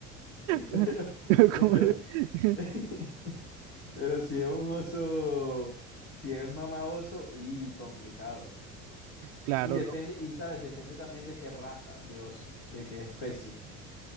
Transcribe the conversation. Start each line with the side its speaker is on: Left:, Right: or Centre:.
Right: <laughs>
Left: Pero,
Right: Como-
Left: pero,
Right: <laughs>
Left: <laughs> pero si es un oso, si es mamá oso, y complicado.
Right: Claro,
Left: Y depende, y sabes, depende también de qué raza de oso, de qué especie.